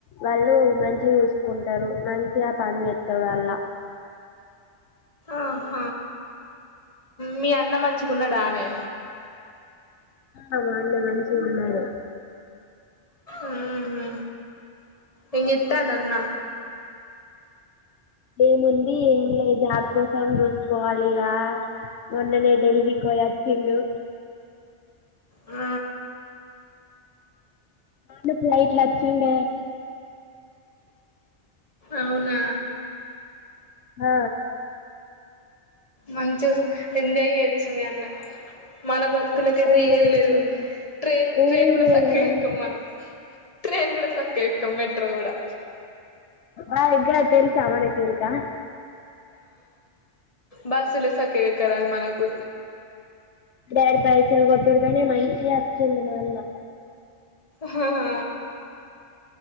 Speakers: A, on the left; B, on the left.
A: వాళ్ళు మంచి చూసుకుంటా రు మంచిగా పని చేత్తాడు ఆ అన్న
B: ఆహ మీ అన్న మంచుకున్నాడా ఆనే
A: ఆ మా అన్న మంచిగ ఉన్నడు
B: ఊహు ఏంచేతాండు అన్న
A: ఏముంది ఏం లే జాబ్ కోసం చూసుకోవాలి ఇగ మొన్ననే డెల్లీకిపోయిచ్చిండు
B: ఆ
A: మా ఫ్లైట్ లో అచ్చిండే
B: అవునా
A: ఆ
B: మంచిగ ఎంజాయ్ చేయొచ్చు మీ అన్న మన బతు అక్కులకైతే
A: ఎంజాయ్
B: ఏది
A: చేసిండే
B: లేదు. ట్రైన్ ట్రైన్
A: ఏం
B: కూడా
A: లేదు
B: సక్కగా
A: మా అన్న
B: ఎక్కం మనం. ట్రైన్ కూడా సక్క ఎక్కం మెట్రో కూడా
A: ఆ ఇగ్గ తెలుసా మనకి ఇంకా
B: బస్సులో సక్కగా ఎక్కరాదు మనకు
A: డాడ్ పైసలు కొట్డుదనే మంషిగా వచ్చిండు మా అన్న
B: హ హా